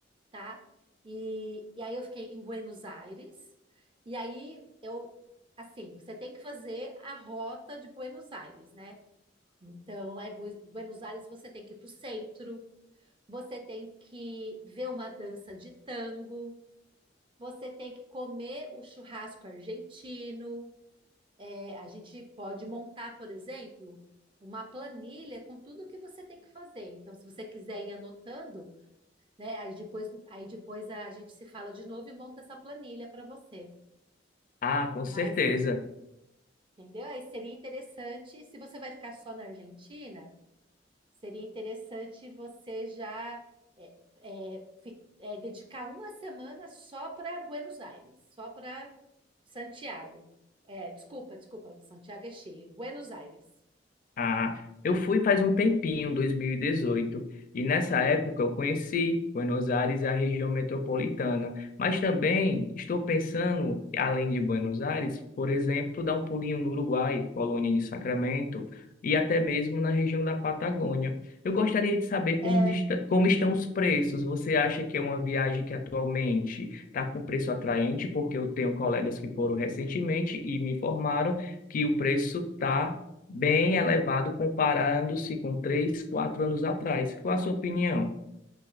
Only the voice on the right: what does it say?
tá? E, e aí eu fiquei em Buenos Aires, e aí eu, assim, você tem que fazer a rota de Buenos Aires, né? Então, lá em Bu- Buenos Aires, você tem que ir para o centro, você tem que ver uma dança de tango, você tem que comer o churrasco argentino. É, a gente pode montar, por exemplo, uma planilha com tudo que você tem que fazer. Então, se você quiser ir anotando, né? Aí depois, aí depois a gente se fala de novo e monta essa planilha para você.
Mas,
entendeu? Aí seria interessante, se você vai ficar só na Argentina, seria interessante você já é, é, fi- é, dedicar uma semana só para Buenos Aires, só para Santiago. É, desculpa, desculpa, Santiago é Chile, Buenos Aires.
É,